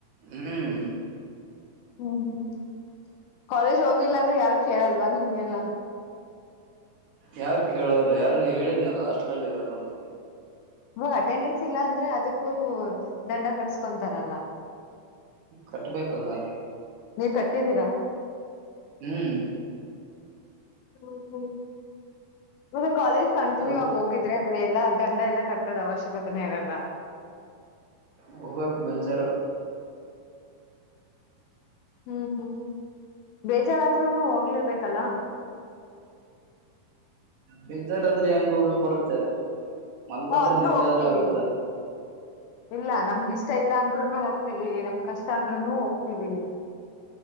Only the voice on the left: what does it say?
ಹು ಹ್ಮ ಕಾಲೇಜ್ ಹೋಗಿಲ್ಲ ಅಂದ್ರೆ ಯಾರು ಕೇಳಲ್ವಾ ನಿಮ್ಮನ್ನೆಲ್ಲ
ಹ ಅಟೆಂಡೆನ್ಸ್ ಇಲ್ಲ ಅಂದ್ರೆ ಅದಕ್ಕೂ ದಂಡ ಕಟ್ಸ್ಕೊಂತಾರಲ್ಲ
ನೀ ಕಟ್ಟಿದ್ದೀರಾ
ಹ್ಮ ಹ್ಮ ಕಾಲೇಜ್ ಕಂಟಿನ್ಯೂ
ಆಗಿ ಹೋಗಿದ್ರೆ ಎಲ್ಲ ದಂಡ ಎಲ್ಲ ಕಟ್ಟದ ಅವಶ್ಯಕತೆನೆಇರೆಲ್ಲ
ಹ್ಮ್ ಹ್ಮ್ ಬೇಜಾರಾದ್ರೂನು ಹೋಗಲೇಬೇಕಲ್ಲ
ಹ ಅಂದ್ರರು
ಹೋಗ್ತೀವಿ
ಇಲ್ಲ ನಮ್ಗ ಇಷ್ಟ ಇಲ್ಲ ಅಂದ್ರು ಹೋಗ್ ಹೋಗತವಿ ನಮ್ ಕಷ್ಟ ಆದ್ರುನು ಹೋಗ್ತಿವಿ